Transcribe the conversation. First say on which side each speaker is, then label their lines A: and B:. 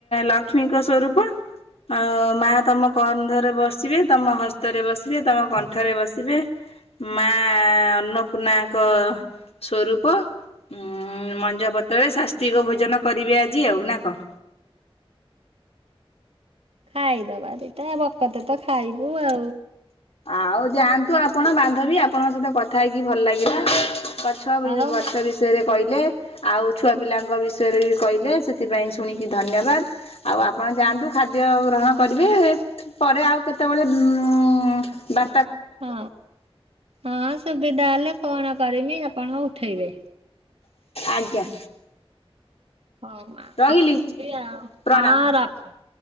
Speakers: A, on the left; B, on the right.
A: ଲକ୍ଷ୍ମୀଙ୍କ ସ୍ଵରୂପ। ଆଉ ମା ତମ କନ୍ଧରେ ବସିବେ ତମ ହସ୍ତରେ ବସିବେ ତମ କଣ୍ଠରେ ବସିବେ। ମା ଅନ୍ନପୂର୍ଣ୍ଣାଙ୍କ ସ୍ଵ। ଉୁଁ ମଞ୍ଜ ପତ୍ରରେ ଶାସ୍ତିକ ଭୋଜନ କରିବେ ଆଜି ଆଉ ନା କଣ।
B: ଖାଇଦବା ଦିଟା ବକତେ ତ ଖାଇବୁ ଆଉ।
A: ଆଉ ଯାଆନ୍ତୁ ଆପଣ ବାନ୍ଧବୀ ଆପଣଙ୍କ ସହିତ କଥା ହେଇକି ଭଲ ଲାଗିଲା। ପାଛ ବି
B: ହଉ
A: ବାଛା
B: ହଁ।
A: ବି <unintelligible> ବିଷୟରେ କହିଲେ ଆଉ ଛୁଆ ପିଲାଙ୍କ ବିଷୟରେ ବି କହିଲେ ସେଥିପାଇଁ ଶୁଣିକି ଧନ୍ୟବାଦ। ଆଉ ଆପଣ ଯାଆନ୍ତୁ ଖାଦ୍ୟ ଗ୍ରହଣ କରିବେ ପରେ ଆଉ କେତେବେଳେ ଉଉଁ। ବା
B: ହଁ ହଁ ସୁବିଧା ହେଲେ ଫୋନ୍ କରମି ଆପଣ ଉଠେଇବେ।
A: ଆଜ୍ଞା।
B: ହଉ ମା
A: ରହିଲି
B: ରଖୁଛି ଆଉ
A: ପ୍ରଣାମ।
B: ହଁ ରଖ।